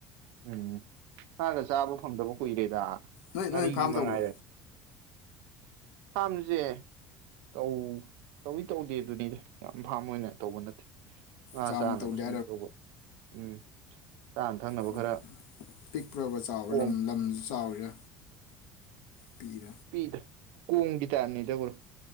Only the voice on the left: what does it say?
ꯅꯣꯏ
ꯅꯣꯏ ꯐꯥꯝ
ꯇꯧꯕ꯭ꯔꯣ
ꯆꯥꯎꯅ
ꯇꯧꯗꯦ
ꯎꯝ
ꯄꯤꯛꯄ꯭ꯔꯕ ꯆꯥꯎꯔꯦ
ꯂꯝ ꯂꯝꯁꯨ ꯆꯥꯎꯔꯦ ꯄ